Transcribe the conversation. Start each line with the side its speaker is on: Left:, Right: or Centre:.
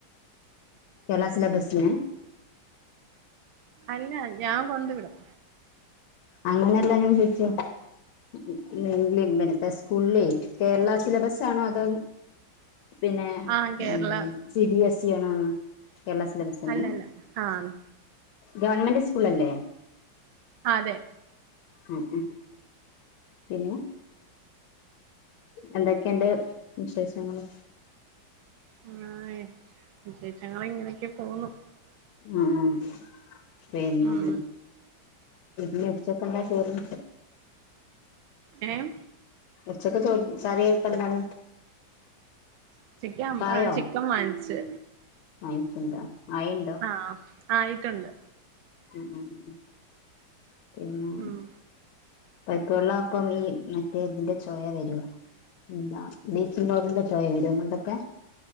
Left: കേരള സിലബസ്നെ.
Right: അല്ല ഞാൻ കൊണ്ട്‌വിടും.
Left: അങ്ങനെല്ലാ ഞാൻ ചോയിച്ചേ. ങ്ക പിനെ ഇപ്പൊ സ്കൂളിലെ കേരള സിലബസാണോ അതോ. പിന്നെ
Right: ആഹ് കേരള
Left: ഉം സി ബി എസ്ഇി ആണോ എന്ന് കേരള സിലബസന്നെ
Right: അല്ലല്ല ആഹ്
Left: ഗവൺമെന്റ് സ്കൂളല്ലേ.
Right: ആ അതെ.
Left: ഉം ഉം പിന്നെ. എന്തൊക്കെയനണ്ട്‌ വിശേഷങ്ങള്.
Right: ആ വിശേഷങ്ങളിങ്ങനെയൊക്കെ പോവുന്നു.
Left: ആഹ്‌ പിന്നെ
Right: ഉം
Left: ഇ ഉച്ചക്കെന്താ ചോറിന്.
Right: ഏഹ്.
Left: ഉച്ചക്ക് ചോറിന് കറി ഇപ്പെന്താണ്.
Right: ഉച്ചയ്ക്ക്
Left: ആയോ
Right: ചിക്കൻ വാങ്ങിച്
Left: വാങ്ങിച്ചിണ്ടോ ആയിണ്ടോ
Right: ആഹ. ആയിട്ടുണ്ട്.
Left: ഉം ഉം പിന്നെ.
Right: ഉം
Left: പൈപ്പള്ളപ്പം ഈ മറ്റേ തിന്റെ ചോയ വരോ എന്താ, ബ്ലീച്ചിംഗ് പൗഡറിന്റെ ചോയ വരുങ്ങട്ടൊക്കെ.